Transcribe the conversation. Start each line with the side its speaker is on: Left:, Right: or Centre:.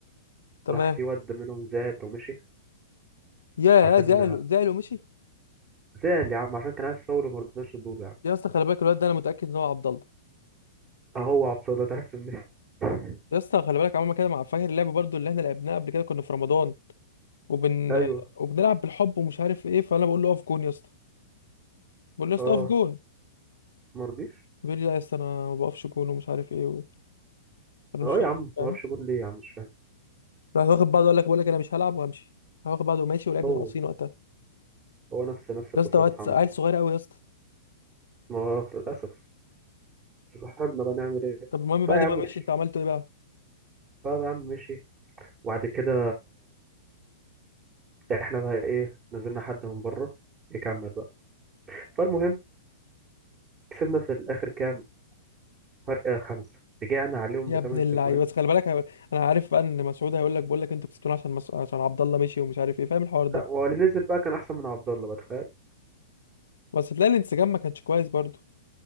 Left: تمام
Right: راح في واد منهم زعل ومشي
Left: يا
Right: عشان
Left: زعلوا زعلوا مشي
Right: زعل يا عم عشان كان عايز فاول وما رضناش ندوله يا عم
Left: يا اسطى خلي بالك الواد ده انا متاكد ان هو عبد الله
Right: اهو عبد الله تعرفت منين <laughs>
Left: يا اسطى خلي بالك عمال كده مع فاكر اللعب برضه اللي احنا لعبناه قبل كده كنا في رمضان وبن
Right: ايوه
Left: وبنلعب بالحب ومش عارف ايه فانا بقول له اقف جون يا اسطى بقول له يا
Right: اه
Left: اسطى اقف جون
Right: ما رضيش
Left: بيقول لي لا يا اسطى انا ما بقفش جون ومش عارف ايه و... انا
Right: اه
Left: مش فاهم
Right: يا عم
Left: فاهم
Right: ما وقفش جون ليه يا عم مش فاهم
Left: راح واخد بعضه قال لك بقول لك انا مش هلعب وهمشي راح واخد بعضه وماشي ولعبنا
Right: هو
Left: ناقصين وقتها
Right: هو نفس نفس التصرف
Left: يا اسطى وقت
Right: عمل
Left: عيل
Right: معاه.
Left: صغير قوي يا اسطى
Right: ما هو للاسف بس صاحبنا بقى نعمل ايه
Left: طب المهم
Right: طيب
Left: بعد
Right: يا عم
Left: ما مشي
Right: مشي
Left: انت عملته ايه بقى
Right: طيب يا عم مشي وبعد كده احنا بقى ايه نزلنا حد من بره يكمل بقى فالمهم كسبنا في الاخر كام فرق خمسة رجعنا عليهم
Left: يا
Right: بثمان
Left: ابن اللعيبه
Right: تجوان
Left: بس خلي بالك هي- انا عارف بقى ان مسعود هيقول لك بقول لك انتوا كسبتونا عشان مس... عشان عبد الله مشي ومش عارف ايه فاهم الحوار ده
Right: لا واللي نزل بقى كان احسن من عبد الله بتخيل
Left: بس تلاقي الانسجام ما كانش كويس برضه